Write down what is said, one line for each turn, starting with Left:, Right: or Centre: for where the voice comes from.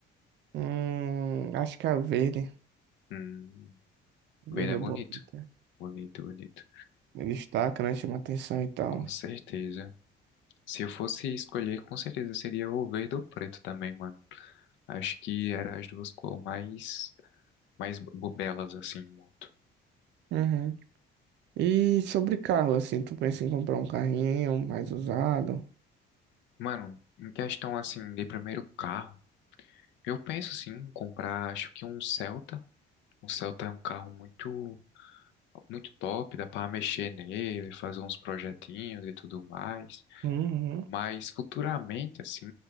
Right: Hum, acho que a verde.
Left: Hum,
Right: A
Left: verde
Right: Verde
Left: é bonito.
Right: é bonita.
Left: Bonito, bonito.
Right: Ele destaca, né? Chama atenção e tal.
Left: Com certeza. Se eu fosse escolher, com certeza seria o verde ou preto também, mano. Acho que era as duas cores mais mais bobelas assim, em moto.
Right: Uhum. E sobre carro, assim, tu pensa em comprar um carrinho mais usado?
Left: Mano, em questão assim de primeiro carro, eu penso assim, em comprar, acho que um Celta. O Celta é um carro muito muito top, dá pra mexer nele, fazer uns projetinhos e tudo mais.
Right: Uhum.
Left: Mas futuramente assim,